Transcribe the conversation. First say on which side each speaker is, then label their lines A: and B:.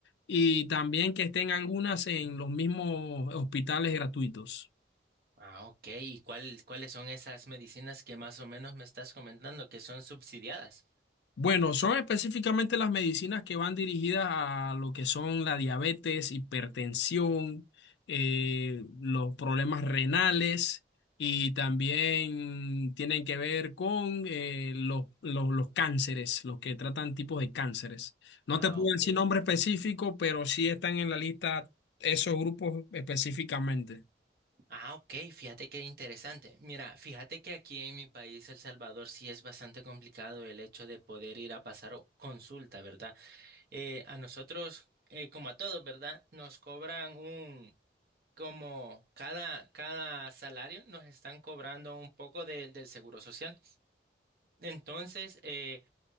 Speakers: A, on the left; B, on the right.
A: y también que estén algunas en los mismos hospitales gratuitos.
B: Ah, ok. ¿Y cuál, cuáles son esas medicinas que más o menos me estás comentando que son subsidiadas?
A: Bueno, son específicamente las medicinas que van dirigidas a lo que son la diabetes, hipertensión, eh, los problemas renales y también tienen que ver con eh, los, los- los cánceres, los que tratan tipos de cánceres. No
B: Ah,
A: te puedo
B: ok.
A: decir nombre específico, pero sí están en la lista esos grupos específicamente.
B: Ah, ok, fíjate qué interesante. Mira, fíjate que aquí en mi país, El Salvador, sí es bastante complicado el hecho de poder ir a pasar o- consulta, ¿verdad? Eh, a nosotros, eh, como a todos, ¿verdad? Nos cobran un, como cada, cada salario, nos están cobrando un poco de- del seguro social. Entonces, eh,